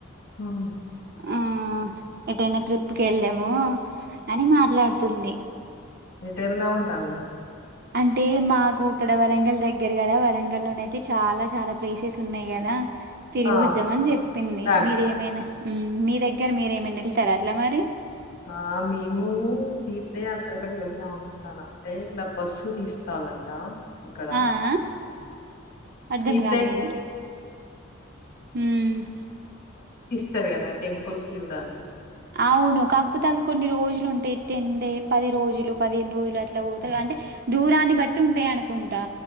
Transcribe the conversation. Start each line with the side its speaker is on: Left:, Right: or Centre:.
Left: ఓహో
Right: ఆ ఎటైనా ట్రిప్ కెళ్దాము అని మాట్లాడుతుంది.
Left: ఎటెల్దాం అంటాది
Right: అంటే మాకు ఇక్కడ వరంగల్ దగ్గర కదా వరంగల్ లోన అయితే చాలా చాలా ప్లేసెస్ ఉన్నాయి కదా తిరిగి
Left: ఆ
Right: వద్దామని చెప్పింది
Left: చూడడానికి
Right: మీరేమైనా హ్మ్ మీ దగ్గర మీరేమనా వెళ్తారా అట్లా మరి
Left: ఆ మేము తీర్థయాత్రలకు వెళ్దాం అనుకుంటాన అంటే ఇట్లా బస్సు తీస్తాలంట. ఇక్కడ
Right: ఆ ఆ అర్ధం
Left: తీర్థయాత్రం
Right: కాలేదు హ్మ్
Left: తిరగాల టెంపుల్స్ చూడ్డానికి.
Right: అవును కాకపోతే అవి కొన్ని రోజులు ఉంటాయి టెండే పది రోజులు పదిహేన్ రోజులు అట్లా పోతారు అంటే దూరాన్ని బట్టి ఉంటాయి అనుకుంటా.